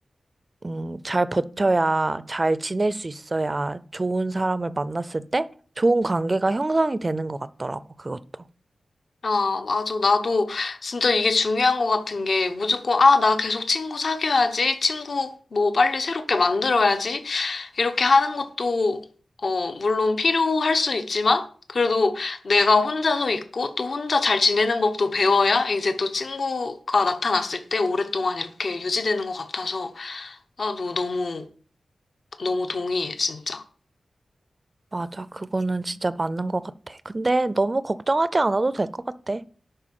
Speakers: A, on the right (about 25°); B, on the left (about 55°).
A: 음, 잘 버텨야, 잘 지낼 수 있어야 좋은 사람을 만났을 때 좋은 관계가 형성이 되는 것 같더라고, 그것도.
B: 아, 맞아. 나도 진짜 이게 중요한 것 같은 게 무조건, 아, 나 계속 친구 사귀어야지, 친구 뭐 빨리 새롭게 만들어야지, 이렇게 하는 것도, 어, 물론 필요할 수 있지만, 그래도 내가 혼자서 있고 또 혼자 잘 지내는 법도 배워야 이제 또 친구가 나타났을 때 오랫동안 이렇게 유지되는 것 같아서 나도 너무, 너무 동의해, 진짜.
A: 맞아, 그거는 진짜 맞는 것 같아. 근데 너무 걱정하지 않아도 될 것 같아.